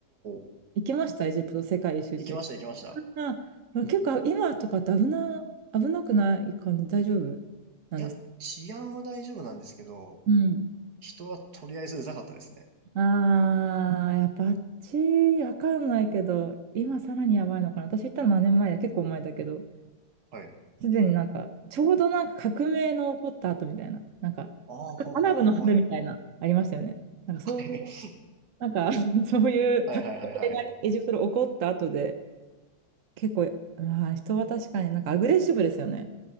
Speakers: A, on the right; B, on the right.
A: ー、
B: 行きました、エジプト世界一周中に。
A: 行きました、行きました。
B: あ、でも結構今とかって危な、危なくない感じ、大丈夫なんですか
A: いや、治安は大丈夫なんですけど、
B: うん。
A: 人はとりあえずうざかったですね。
B: あー、いや、バッチわかんないけど、今さらにやばいのかな。私行ったの何年前だ、結構前だけど、
A: はい。
B: すでになんか、ちょうどなんか革命の起こった後みたいな、なんか、
A: ああ、はははは、
B: アラブの春みたいな、
A: はい。
B: ありましたよね。なんかそういう、
A: <laughs>
B: なんか、<laughs> そういう革命がエジプトで起こった後で、
A: はい、はい、はい、はい。
B: 結構、まあ、人は確かになんかアグレッシブですよね。